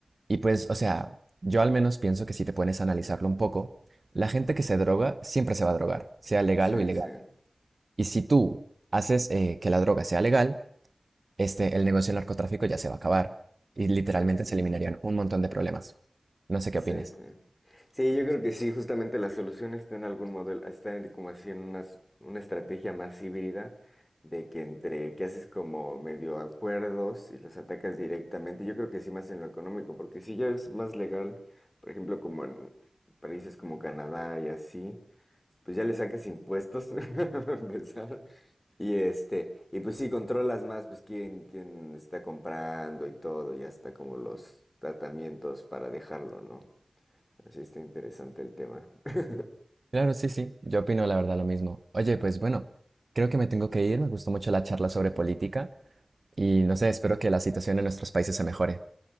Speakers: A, on the right; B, on the left.
A: Y pues, o sea, yo al menos pienso que si te pones a analizarlo un poco, la gente que se droga siempre se va a drogar, sea legal
B: sí,
A: o ilegal.
B: sí,
A: Y si tú haces eh, que la droga sea legal, este, el negocio del narcotráfico ya se va a acabar y literalmente
B: sí, sí, sí,
A: se eliminarían un montón de problemas. No sé qué
B: Sí,
A: opines.
B: sí. Sí, yo creo que sí, justamente la solución está en algún modelo, está en como así en una, s- una estrategia más híbrida de que entre que haces como medio acuerdos y los atacas directamente. Yo creo que sí más en lo económico, porque si ya es más legal, por ejemplo, como en países como Canadá y así, pues ya le sacas impuestos <laughs> para empezar. Y este, y pues sí, controlas más, pues quién, quién está comprando y todo, y hasta como los tratamientos para dejarlo, ¿no? Así está interesante el tema. <laughs>
A: Claro, sí, sí, yo opino la verdad lo mismo. Oye, pues bueno, creo que me tengo que ir, me gustó mucho la charla sobre
B: Ujú,
A: política y no
B: ujú.
A: sé, espero que la situación en nuestros países se mejore.